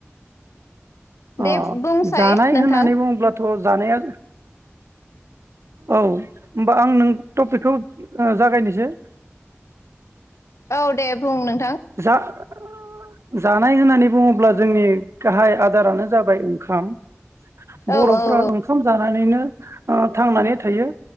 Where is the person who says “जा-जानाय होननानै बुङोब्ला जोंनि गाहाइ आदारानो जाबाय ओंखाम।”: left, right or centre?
Right